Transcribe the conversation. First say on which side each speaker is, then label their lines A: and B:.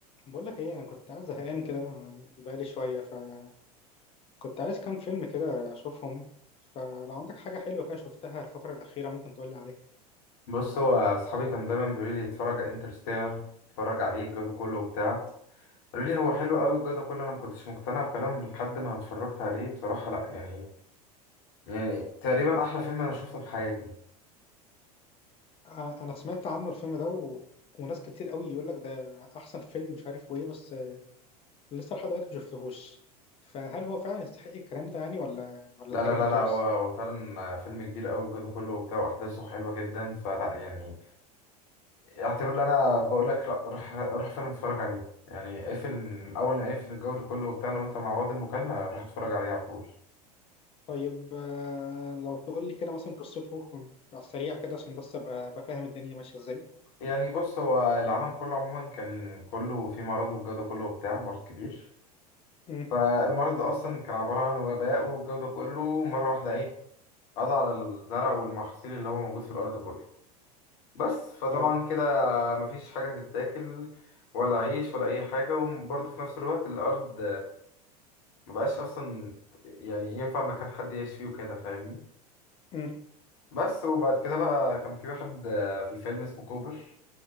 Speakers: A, on the left (about 30°); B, on the left (about 55°).
A: بقول لك ايه انا كنت قاعد زهقان كده بقالي شويه فكنت عايز كام فيلم كده اشوفهم فلو عندك حاجه حلوه كده شفتها الفتره الاخيره ممكن تقول لي عليها
B: بص هو اصحابي كانوا دايما بيقولوا لي اتفرج على انترستيلر اتفرج عليه الجو ده كله وبتاع قالوا لي هو حلو
A: امم
B: قوي الجو ده كله انا ما كنتش مقتنع بكلامهم لحد ما انا اتفرجت عليه بصراحه لا يعني يعني تقريبا احلى فيلم انا شفته في حياتي
A: آه، انا سمعت عنه الفيلم ده و... وناس كتير قوي يقول لك ده احسن فيلم مش عارف وايه بس آه، لسه لحد دلوقتي ما شفتهوش فهل هو فعلا يستحق الكلام ده يعني ولا ولا
B: لا
A: كلامه
B: لا لا
A: خلاص
B: لا هو هو فعلا فيلم كبير قوي الجو ده كله وبتاع واحداثه حلوه جدا فلا يعني اعتبر ان انا بقول لك لا، روح روح فعلا اتفرج عليه يعني اقفل من- اول ما اقفل الجو ده كله وبتاع أنا وانت مع بعض المكالمه روح اتفرج عليه على طول
A: طيب آه، لو تقول لي كده مثلا قصته على السريع كده عشان بس ابقى أبقى فاهم الدنيا ماشيه ازاي
B: يعني بص هو العالم كله عموما كان كله في مرض والجو ده كله وبتاع مرض كبير
A: امم
B: فالمرض ده أصلا كان عبارة عن وباء والجو ده كله مرة واحدة إيه قضى على الزرع والمحاصيل اللي هو موجود في الأرض كله بس فطبعا
A: اه
B: كده مفيش حاجة تتاكل ولا عيش ولا أي حاجة وبرضه في نفس الوقت الأرض مبقاش أصلا يعني ينفع مكان حد يعيش فيه وكده فاهمني
A: امم
B: بس وبعد كده بقى كان في واحد في الفيلم اسمه كوبر